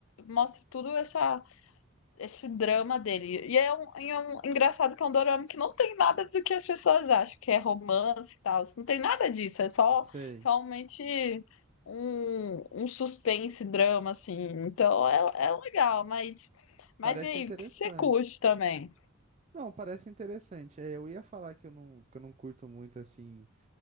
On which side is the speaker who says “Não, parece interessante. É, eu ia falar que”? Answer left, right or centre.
Right